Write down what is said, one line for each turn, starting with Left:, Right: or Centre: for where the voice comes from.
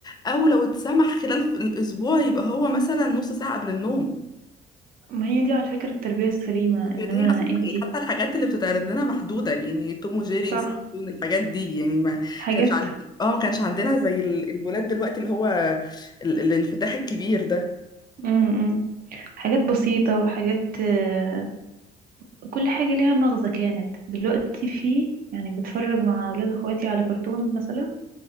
Left: او لو اتسمح خلال الاسبوع يبقى هو مثلا نص ساعه قبل النوم
Right: ما هي دي على فكرة التربية السليمة انما
Left: كانت هي اصلا
Right: انتي
Left: يعني حتى الحاجات اللي بتتعرض لنا محدوده يعني توم وجيري
Right: صح
Left: سبون الحاجات دي يعني ما
Right: حاجات
Left: كانش عند اه ما كانش عندنا زي ال- الولاد دلوقتي اللي هو ال... الانفتاح الكبير ده
Right: امم امم، حاجات بسيطة وحاجات آه، كل حاجة ليها مغزى كانت دلوقتي في يعني بتفرج مع أولاد أخواتي على كرتون مثلا